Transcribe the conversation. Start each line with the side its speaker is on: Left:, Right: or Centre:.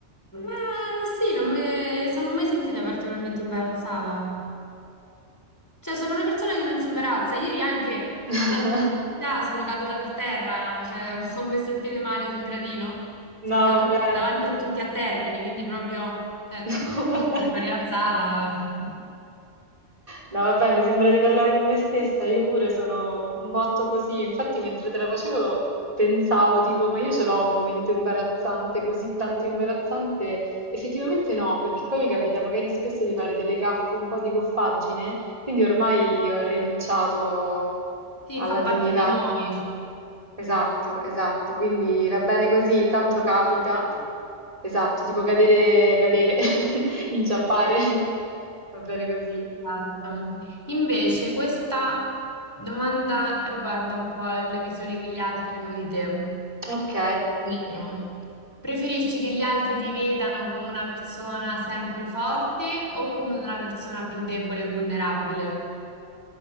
Left: Ma sì, non me- sono mai sentita particolarmente imbarazzata. Cioè, sono una persona che non si imbarazza. Ieri anche
Right: <laughs>
Left: andando all'università sono caduta per terra, cioè <laughs> ho messo il piede male sul gradino, sono
Right: No,
Left: caduta
Right: vabbè.
Left: davanti
Right: <laughs>
Left: a tutti a Termini, quindi proprio, cioè,
Right: No, vabbè.
Left: sì, mi sono rialzata. <laughs>
Right: No, vabbè, mi sembra di parlare con me stessa, io pure sono un botto così. Infatti, mentre te la facevo, pensavo tipo, ma io ce l'ho un momento imbarazzante, così tanto imbarazzante. Effettivamente no, perché poi mi capita magari spesso di fare delle gaffe, un po' di goffaggine, quindi ormai ho rinunciato
Left: Sì,
Right: alla
Left: fa
Right: dignità.
Left: parte di noi.
Right: Esatto, esatto, quindi va bene così, tanto capita. Esatto, tipo cadere, cadere, <laughs> inciampare. <laughs> Va bene così.
Left: Esatto. Invece, questa domanda riguarda un po' la la visione che gli altri hanno di te.
Right: Ok.
Left: Vero. Preferisci che gli altri ti vedano come una persona sempre forte o come una persona più debole e vulnerabile?